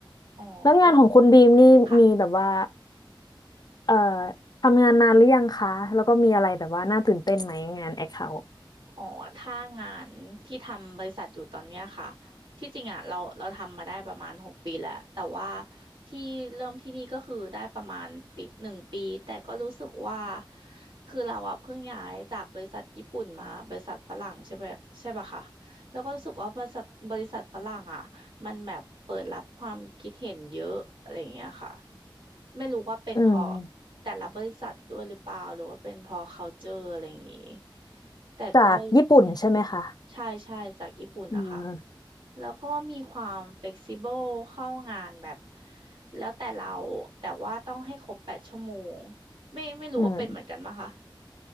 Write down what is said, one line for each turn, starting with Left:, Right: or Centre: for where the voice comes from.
Right: อ๋อ
Left: แล้วงานของคุณบีมนี่มีแบบว่า
Right: แล้วค่ะ
Left: เอ่อทำงานนานหรือยังคะแล้วก็มีอะไรแบบว่าน่าตื่นเต้นไหมงานแอคเคาท์
Right: อ๋อถ้างานที่ทำบริษัทอยู่ตอนเนี้ยค่ะ ที่จริงอ่ะเราเราทำมาได้ประมาณหกปีแล้ว แต่ว่าที่เริ่มที่นี่ก็คือได้ประมาณปีหนึ่งปี แต่ก็รู้สึกว่าคือเราอ่ะเพิ่งย้ายจากบริษัทญี่ปุ่นมาบริษัทฝรั่งใช่ไหมใช่ปะคะแล้วก็รู้สึกว่าบริษัทบริษัทฝรั่งอ่ะมันแบบเปิดรับความคิดเห็นเยอะอะไรอย่างเงี้ยค่ะไม่รู้ว่าเป็นเพราะ
Left: อืม
Right: แต่ละบริษัทด้วยหรือเปล่าหรือว่าเป็นเพราะ culture อะไรอย่างงี้ แต่ก็
Left: จากญี่ปุ่นใช่ไหมคะ
Right: อืมใช่ใช่จากญี่ปุ่นอะค่ะ
Left: อืม
Right: แล้วก็มีความเฟ e ซิเบิลเข้างานแบบแล้วแต่เราแต่ว่าต้องให้ครบแปดชั่วโมงไม่ไม่รู้ว่าเป็นเหมือนกันปะคะ
Left: อืม